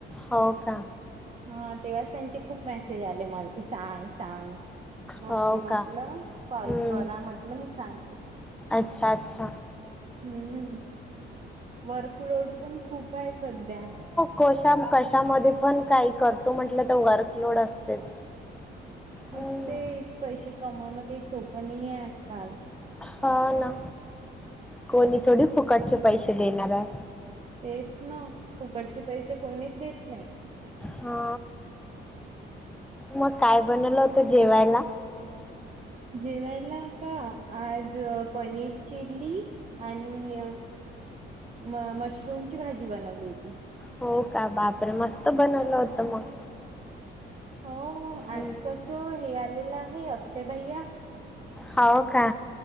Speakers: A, in the centre; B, on the right (about 30°).
A: हो का?
B: हा तेव्हाच त्यांचे खूप मेसेज आले मला की सांग सांग. मग
A: हो
B: मी म्हटलं
A: का हम्म
B: कलकरा म्हटलं मी सांपू
A: अच्छा अच्छा
B: हम्म वर्कलोड पण खूप आहे सध्या
A: कशा कशामध्ये पण काही करतो म्हटलं तर वर्कलोड असतेच. हम्म
B: अस ते पैसे कमावणं काही सोपं नाही आहे आजकाल
A: हा ना कोणी थोडी फुकटचे पैसे देणार आहे.
B: तेच ना फुकटचे पैसे कोणीच देत नाही.
A: हा मग काय बनवलं होतं जेवायला?
B: जेवायला का आज पनीर चिली आणि म मशरूमची भाजी बनवली होती.
A: हो का बापरे मस्त बनवलं होतं मग
B: हो
A: हम्म.
B: आज कस हे आलेलं आहे अक्षय भैया
A: होव का?